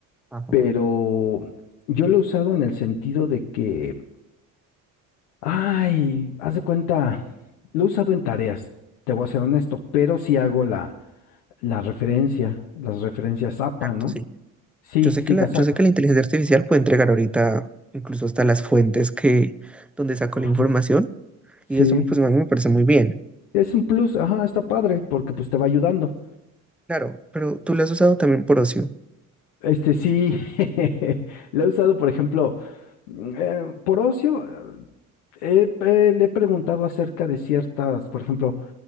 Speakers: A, in the centre; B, on the left.
A: Ajá,
B: pero yo lo he usado en el sentido de que, ay, haz de cuenta, lo he usado en tareas, te voy a ser honesto, pero sí hago la, la referencia, las referencias APA,
A: exacto,
B: ¿no?
A: sí.
B: Sí,
A: Yo sé
B: sí
A: que la,
B: las
A: yo
B: hago.
A: sé que la inteligencia artificial puede entregar ahorita incluso hasta las fuentes que, donde sacó
B: Ajá.
A: la información
B: Sí.
A: y eso pues a mí me parece muy bien.
B: Es un plus, ajá, está padre, porque pues te va ayudando.
A: Claro, pero tú lo has usado también por ocio.
B: Este sí, <laughs> lo he usado, por ejemplo, mm, eh, por ocio, eh, eh, le he preguntado acerca de ciertas, por ejemplo,